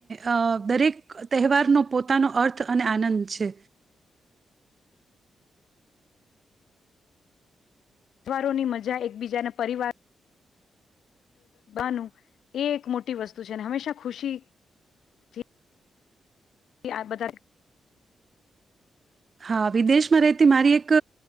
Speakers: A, on the right (about 40°); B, on the left (about 80°).
A: અ દરેક તહેવારનો પોતાનો અર્થ અને આનંદ છે
B: તહેવારોની મજા એકબીજાના પરિવાર બાનું એ એક મોટી વસ્તુ છે ને હંમેશા ખુશીથી આ બધાં
A: હા વિદેશમાં રહેતી મારી એક